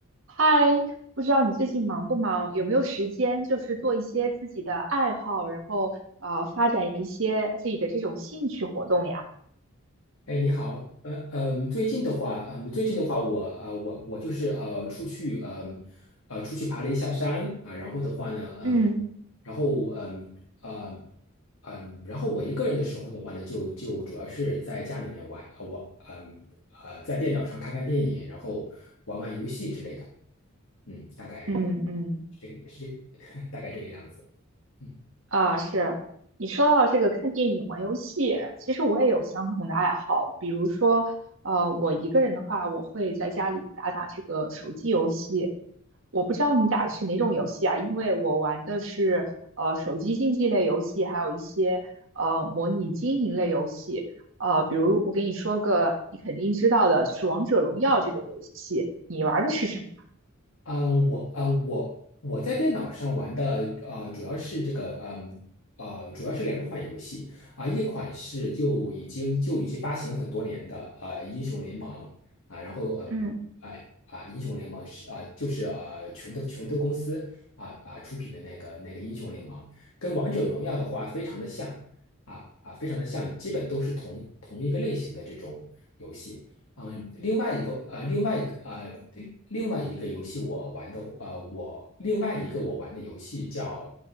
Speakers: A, on the right; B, on the left.
A: 嗨，不知道你最近忙不忙，有没有时间，就是做一些自己的爱好，然后呃，发展一些自己的这种兴趣活动呀？
B: 哎，你好，呃，嗯，最近的话，嗯，最近的话，我呃，我我就是呃，出去，嗯，呃，出去爬了一下山啊，然后的话呢，嗯，
A: 嗯
B: 然后嗯，嗯，嗯，然后我一个人的时候的话呢，就就主要是在家里面玩，呃，玩，嗯，呃，在电脑上看看电影，然后玩玩游戏之类的，嗯，大概
A: 嗯嗯，
B: 是这个，是 <laughs> 大概这个样子。嗯。
A: 啊，是你说到这个看电影、玩游戏，其实我也有相同的爱好。比如说，呃，我一个人的话，我会在家里打打这个手机游戏。我不知道你打的是哪种游戏啊？因为我玩的是呃手机竞技类游戏，还有一些呃模拟经营类游戏。呃，比如我给你说个你肯定知道的，就是《王者荣耀》这种游戏，你玩的是什么呀？
B: 嗯，我嗯我我在电脑上玩的呃，主要是这个嗯呃，主要是两款游戏啊、一款是就已经就已经发行很多年的呃《英雄联盟》啊，然后嗯啊啊，
A: 嗯。
B: 英雄联盟》是啊、就是呃拳头拳头公司啊啊出品的那个那个《英雄联盟》，跟《王者荣耀》的话非常的像啊啊，非常的像，基本都是同同一个类型的这种游戏。嗯，另外一个呃，另外一个呃，另另外一个游戏我玩的呃，我另外一个我玩的游戏叫